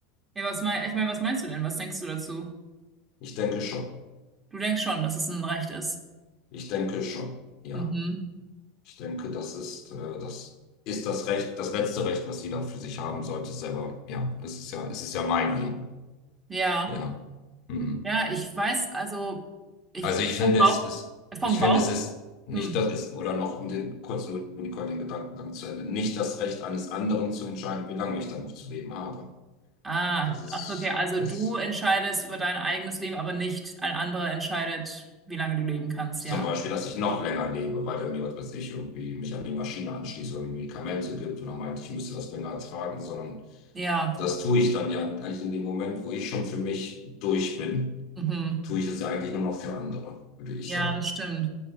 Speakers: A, on the right; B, on the left.
A: Ja, was mein, ich meine, was meinst du denn? Was denkst du dazu?
B: Ich denke schon.
A: Du denkst schon, dass es ein Recht ist.
B: Ich denke schon, ja.
A: Mhm.
B: Ich denke, das ist, äh, das ist das Recht, das letzte Recht, was jeder für sich haben sollte, selber. Ja, es ist ja, es ist ja mein Leben.
A: Ja.
B: Ja. Hm.
A: Ja, ich weiß, also ich
B: Also
A: würde
B: ich finde,
A: vom Bauch,
B: es ist,
A: vom
B: ich
A: Bauch.
B: finde, es ist nicht
A: Hm.
B: das ist, oder noch um den kurz nur den den Gedankengang zu Ende, nicht das Recht eines anderen zu entscheiden, wie lange ich dann noch zu leben habe.
A: Ah,
B: Das ist
A: ach, so, okay. Also
B: das
A: du entscheidest über dein eigenes Leben, aber nicht ein anderer entscheidet, wie lange du leben kannst,
B: zum
A: ja.
B: Beispiel, dass ich noch länger lebe, weil er mir, was weiß ich, irgendwie mich an die Maschine anschließt oder mir Medikamente gibt oder meint, ich müsste das länger ertragen, sondern
A: Ja.
B: Das tue ich dann ja eigentlich in dem Moment, wo ich schon für mich durch bin,
A: Mhm.
B: tue ich es ja eigentlich nur noch für andere, würde ich
A: Ja,
B: sagen.
A: das stimmt.